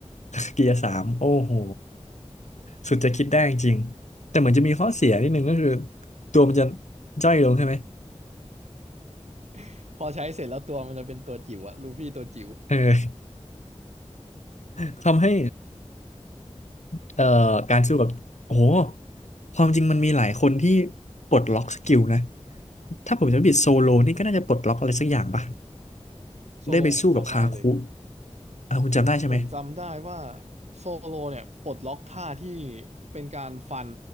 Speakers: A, on the left (about 85°); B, on the right (about 70°).
A: เกียร์สามโอ้โหสุดจะคิดได้จริงแต่เหมือนจะมีข้อเสียนิดนึงก็คือตัวมันจะย่อยลงใช่ไหม
B: <laughs> พอใช้เสร็จแล้วตัวมันจะเป็นตัวจิ๋วอะลูฟี่ตัวจิ๋ว
A: เออ <laughs> ทำให้ เอ่อการสู้กับโอ้โหความจริงมันมีหลายคนที่ปลดล็อกสกิลนะถ้าผมจำไม่ผิดโซโลนี่ก็น่าจะปลดล็อกอะไรสักอย่างปะ
B: โซโลผมจำได้เลย
A: ได้ไปสู้กับคาคุอ่าคุณจำได้ใช่ไหม
B: ผมจำได้ว่าโซโลเนี่ยปลดล็อกท่าที่เป็นการฟัน